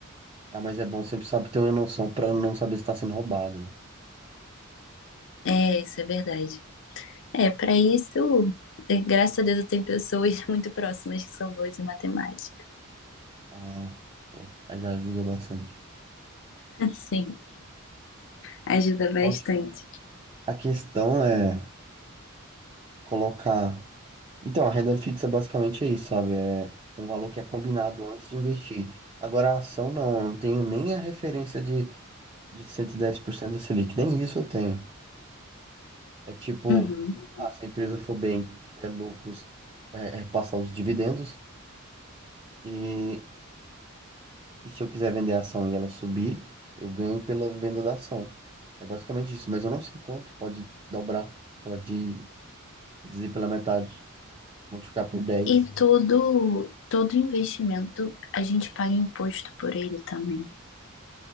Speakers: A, on the right; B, on the left.
A: Ah, mas é bom sempre sabe ter uma noção para não saber se está sendo roubado, né?
B: É, isso é verdade. É, pra isso, eh, graças a Deus eu tenho pessoas <laughs> muito próximas que são boas em matemática.
A: Ah, pô, aí já ajuda bastante.
B: <laughs> Sim, ajuda bastante.
A: Então, a questão é colocar Então, a renda fixa basicamente é isso, sabe? É um valor que é combinado antes de investir. Agora, a ação não, eu não tenho nem a referência de, de 110% da Selic, nem isso eu tenho. É tipo,
B: Uhum.
A: ah, se a empresa for bem, tiver lucros, é, é passar os dividendos, e, e se eu quiser vender a ação e ela subir, eu ganho pela venda da ação. É basicamente isso, mas eu não sei quanto, pode dobrar, pode reduzir pela metade, multiplicar por dez.
B: E todo, todo investimento, a gente paga imposto por ele também.